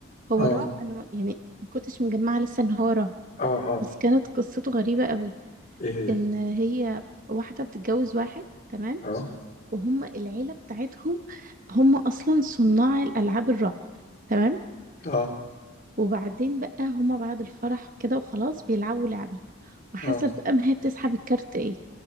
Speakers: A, on the right; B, on the left.
A: هو
B: اه
A: رعب انا ما- يعني ما كنتش مجمعه لسه ان هو رعب
B: اه اه
A: بس كانت قصته غريبه قوي
B: ايه هي
A: ان هي واحده بتتجوز واحد تمام
B: اه
A: وهم العيله بتاعتهم هم اصلا صناع الالعاب الرعب تمام
B: اه
A: وبعدين بقى هم بعد الفرح كده وخلاص بيلعبوا لعبه وحسب
B: اه
A: بقى ما هي بتسحب الكارت ايه